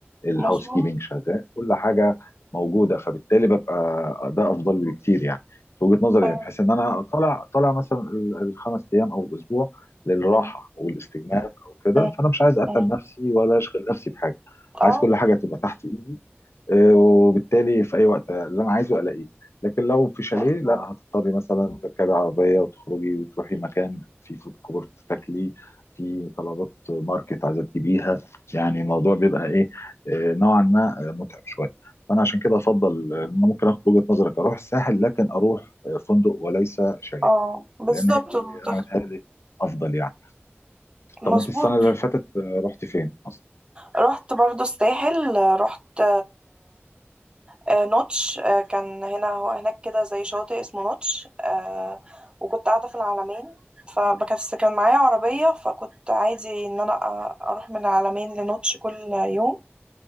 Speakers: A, on the left; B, on the right.
A: الهاوس
B: مظبوط
A: كيبنج شغال كل حاجه موجوده فبالتالي ببقى ده افضل لي بكتير يعني في وجهه نظري
B: أيوة.
A: يعني بحيث ان انا طالع طالع مثلا ال- الخمس ايام او الاسبوع للراحه
B: مم.
A: والاستجمام او كده
B: مم.
A: فانا مش عايز اتعب
B: مم.
A: نفسي ولا اشغل نفسي بحاجه
B: اه
A: عايز كل حاجه تبقى تحت ايدي آه، وبالتالي في اي وقت اللي انا عايزه الاقيه لكن لو في شاليه
B: مظبوط
A: لا هتضطري مثلا تركبي عربيه وتخرجي وتروحي مكان في فود كورت تاكلي في طلبات ماركت عايزه تجيبيها يعني الموضوع بيبقى ايه آه، نوعا ما آه، متعب شويه فانا عشان كده افضل آه، ان انا ممكن اخد وجهه نظرك اروح الساحل لكن اروح آه، فندق وليس شاليه
B: اه بالظبط
A: لان هي-
B: وتخ-
A: انا متهيألي افضل يعني طب
B: مظبوط
A: انت السنه اللي فاتت آه، رحت فين اصلا
B: رحت برضو الساحل رحت آه، نوتش آه، كان هنا هو هناك كده زي شاطئ اسمه نوتش آه، وكنت قاعدة في العلمين فبس كان معايا عربية فكنت عادي إن أنا أ- أروح من العلمين لنوتش كل يوم